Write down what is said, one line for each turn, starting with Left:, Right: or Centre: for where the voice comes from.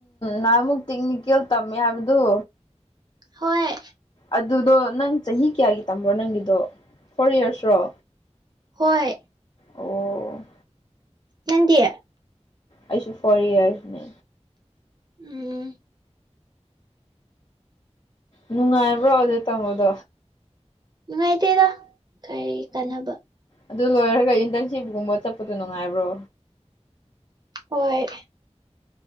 Left: ꯅꯍꯥꯟꯃꯨꯛ ꯇꯦꯛꯅꯤꯀꯦꯜ ꯇꯝꯃꯦ ꯍꯥꯏꯕꯗꯨ
Right: ꯍꯣꯏ
Left: ꯑꯗꯨꯗꯣ ꯅꯪ ꯆꯍꯤ ꯀꯌꯥꯒꯤ ꯇꯝꯕ꯭ꯔꯣ ꯅꯪꯒꯤꯗꯣ ꯐꯣꯔ ꯏꯌꯥꯔꯔꯣ
Right: ꯍꯣꯏ
Left: ꯑꯣ
Right: ꯅꯪꯗꯤ
Left: ꯑꯩꯁꯨ ꯐꯣꯔ ꯏꯌꯥꯔꯅꯦ
Right: ꯎꯝ
Left: ꯅꯨꯡꯉꯥꯏꯕ꯭ꯔꯣ ꯑꯗꯨ ꯇꯝꯕꯗꯣ
Right: ꯅꯨꯡꯉꯥꯏꯇꯦꯗ ꯀꯔꯤ ꯀꯥꯟꯅꯕ
Left: ꯑꯗꯨ ꯂꯣꯏꯔꯒ ꯏꯟꯇꯔꯟꯁꯤꯞꯀꯨꯝꯕ ꯆꯠꯄꯗꯣ ꯅꯨꯡꯉꯥꯏꯕ꯭ꯔꯣ
Right: ꯍꯣꯏ